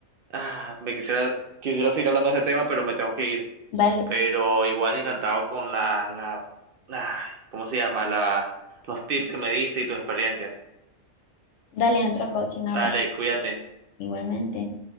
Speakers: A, on the right; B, on the left.
A: ah, me quisiera, quisiera seguir hablando de este tema, pero me tengo que ir,
B: Dale,
A: pero igual encantado con la, la, ah, ¿cómo se llama? La, los tips que me diste y tus experiencias.
B: dale, en otra ocasión habla.
A: Dale, cuídate.
B: Igualmente.